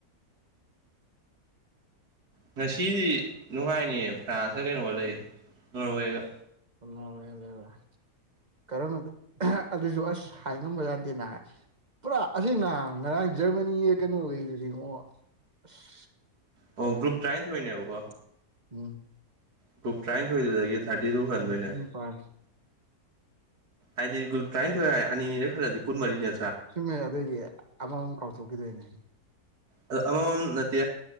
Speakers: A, on the right; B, on the right.
A: ꯉꯁꯤꯗꯤ ꯅꯨꯡꯉꯥꯏꯅꯤꯌꯦ ꯐ꯭ꯔꯥꯟꯁꯀ ꯀꯩꯅꯣꯒ ꯂꯩ ꯅꯣꯔꯋꯦꯒ
B: ꯑꯗꯨꯣꯔꯦꯔ ꯀꯔꯝꯕ ꯑꯗꯨꯁꯨ ꯑꯁ ꯍꯥꯏꯉꯝꯕ ꯌꯥꯗꯦꯅ ꯍꯥꯏ ꯄꯨꯔꯥ ꯑꯁꯦꯡꯅꯍ ꯉꯔꯥꯡ ꯖꯔꯃꯅꯤꯒ ꯀꯩꯅꯣꯈꯩꯗꯨ ꯌꯦꯡꯉꯣ ꯑꯁ
A: ꯑꯣ ꯒꯔꯨꯞ ꯇ꯭ꯔꯥꯏꯅꯤ ꯊꯣꯛꯅꯦꯕꯀꯣ
B: ꯎꯝ
A: ꯨꯒꯔꯨꯞ ꯇꯔꯥꯅꯤꯊꯣꯏꯗꯨꯗꯒꯤ ꯊꯥꯔꯇꯤ ꯇꯨ ꯈꯟꯗꯣꯏꯅꯦ
B: ꯅꯤꯐꯨ ꯅꯤꯄꯥꯟ
A: ꯍꯥꯏꯗꯤ ꯒꯨꯞ ꯇꯔꯥꯅꯤꯊꯣꯏ ꯑꯅꯤꯔ ꯈꯜꯂꯗꯤ ꯀꯨꯟ ꯃꯔꯤꯅꯤ
B: ꯆꯨꯝꯃꯦ ꯑꯗꯨꯏꯗꯤ ꯑꯃꯃꯝ ꯀꯥꯎꯊꯣꯛꯈꯤꯗꯣꯏꯅꯦ
A: ꯑꯗꯣ ꯑꯃꯃꯝ ꯅꯠꯇꯦ